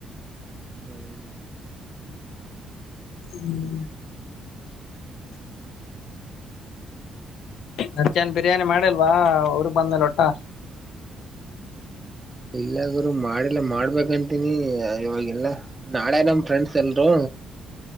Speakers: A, on the right; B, on the left.
A: ಹ್ಮ.
B: ಹ್ಮ ಮತ್ತೇನ ಬಿರಿಯಾನಿ ಮಾಡಿಲ್ವಾ ಉರಿಗ ಬಂದಮೆಲ ಒಟ್ಟ
A: ಇಲ್ಲ ಗುರು ಮಾಡಲ್ಲ ಮಾಡ್ಬೇಕಂತೀನಿ ಇವಾಗಲ್ಲ ನಾಳೆ ನಮ್ ಫ್ರೆಂಡ್ಸ್ ಎಲ್ರು